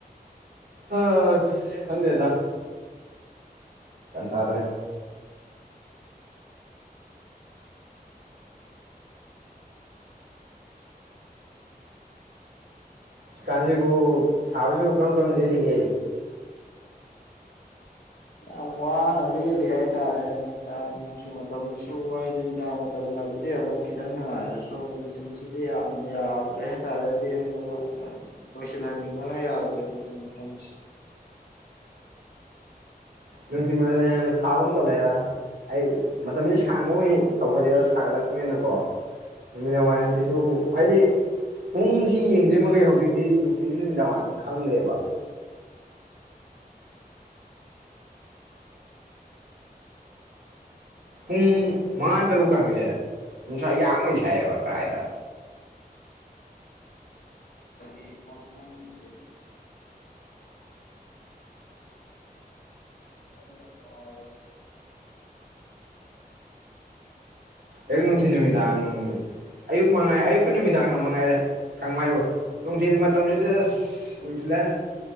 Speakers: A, on the right; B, on the left.
A: ꯑꯁ ꯈꯪꯗꯦꯗ ꯑꯦꯟꯗꯗ꯭ꯔꯦ ꯆꯤꯀꯥꯟꯁꯤꯕꯨ ꯁꯥꯕꯁꯤꯕꯨ ꯀꯔꯝ ꯀꯔꯝ ꯂꯦꯜꯂꯤꯒꯦ
B: ꯌꯥꯝ ꯋꯥꯅ ꯂꯦꯜꯂꯤ ꯍꯥꯏꯇꯥꯔꯦ ꯅꯨꯃꯤꯗꯥꯡꯁꯨ ꯃꯇꯝꯁꯨ ꯋꯥꯏ ꯅꯨꯃꯤꯗꯥꯡ ꯃꯇꯝꯗ ꯑꯗꯨꯗꯤ ꯑꯃꯨꯛ ꯈꯤꯇꯪ ꯅꯨꯡꯉꯥꯏꯔꯦ ꯁꯣꯕ ꯅꯨꯡꯊꯤꯟꯁꯤꯗꯤ ꯌꯥꯝ ꯌꯥꯗ꯭ꯔꯦ ꯍꯥꯏꯇꯥꯔꯦ ꯂꯦꯟꯕꯒ ꯃꯁꯤꯁ ꯅꯅꯤ ꯀ ꯌꯥꯗꯔꯠꯇꯪꯁꯤ
A: ꯅꯨꯡꯊꯤꯟ <unintelligible> ꯁꯥꯕ ꯑꯃ ꯇꯧꯒꯦꯔ ꯍ ꯃꯇꯝꯁꯦ ꯁꯥꯡꯕ ꯇꯧꯈꯠꯂꯛꯦꯕ ꯁꯥꯒꯠꯂꯛꯄꯅꯤꯅꯀꯣ ꯅꯨꯃꯤꯗꯥꯡ ꯋꯥꯏꯔꯝꯁꯤꯁꯨ ꯍꯥꯏꯗꯤ ꯄꯨꯡꯁꯤ ꯌꯦꯡꯗ꯭ꯔꯤꯃꯩ ꯍꯧꯖꯤꯛꯁꯤ ꯅꯨꯡꯊꯤꯤꯟꯒꯤ ꯅꯨꯃꯤꯗꯥꯡ ꯋꯥꯏꯔꯝꯅꯤ ꯈꯪꯗ꯭ꯔꯦꯕ ꯄꯨꯡ ꯃꯉꯥ ꯇꯔꯨꯛꯀꯁꯦ ꯅꯨꯡꯁꯥ ꯌꯥꯡꯉꯩ ꯁꯥꯏꯑꯕ ꯀꯗꯥꯥꯏꯗ
B: <unintelligible> ꯑ ꯁꯥꯕꯒꯤꯁꯦ ꯌꯥꯝ ꯋꯥꯕꯥ
A: ꯑꯌꯨꯛ ꯅꯨꯡꯊꯤ ꯅꯨꯃꯤꯗꯥꯡ ꯑꯌꯨꯛ ꯃꯉꯥꯏ ꯑꯌꯨꯛꯀꯤ ꯅꯨꯃꯤꯗꯥꯡ ꯑꯃ ꯃꯉꯥꯏꯔꯦ ꯈꯪꯕ ꯍꯥꯏꯕꯨ ꯅꯨꯡꯊꯤꯜ ꯃꯇꯝꯁꯤꯗ ꯑꯁ ꯅꯨꯡꯊꯤꯜ